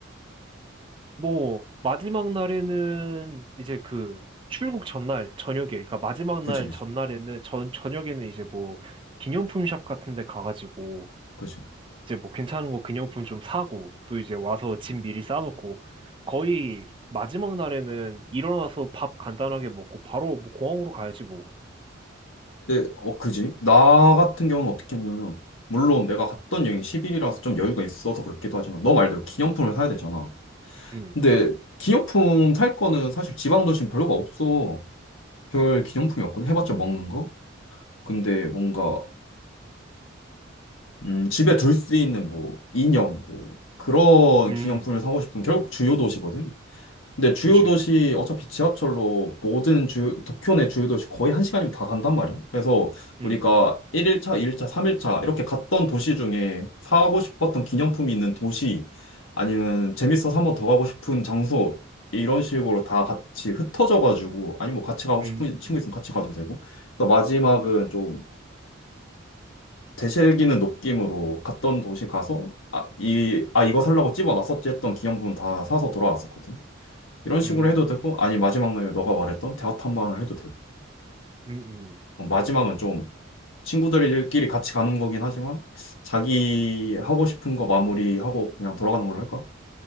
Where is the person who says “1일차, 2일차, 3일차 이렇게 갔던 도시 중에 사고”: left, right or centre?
Left